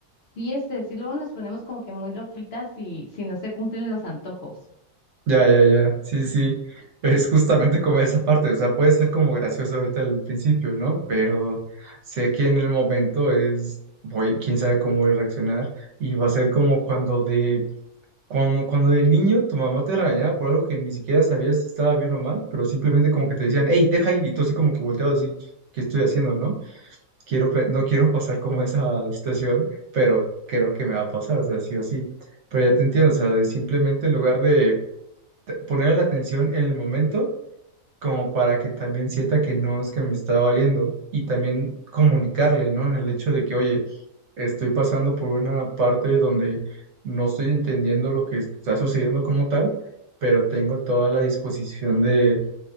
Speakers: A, on the left (about 55°); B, on the right (about 65°).
A: sí, este, sí luego nos ponemos como que muy loquitas si, si no se cumplen los antojos.
B: ya, ya, ya, sí, sí, <laughs> es justamente como esa parte, o sea, puede ser como gracioso ahorita al principio, ¿no? Pero sé que en el momento es, voy, quién sabe cómo voy a reaccionar y va a ser como cuando de Como cuando de niño tu mamá te regañaba por algo que ni siquiera sabías si estaba bien o mal, pero simplemente como que te decían, hey, deja ir, y tú así como que volteabas así, ¿qué estoy haciendo, no? Quiero, pe- no quiero pasar como esa situación, pero creo que me va a pasar, o sea, sí o sí. Pero ya te entiendo, o sea, de simplemente en lugar de t- poner la atención en el momento, como para que también sienta que no es que me está valiendo, y también comunicarle, ¿no? En el hecho de que, oye, estoy pasando por una parte donde no estoy entendiendo lo que está sucediendo como tal, pero tengo toda la disposición de,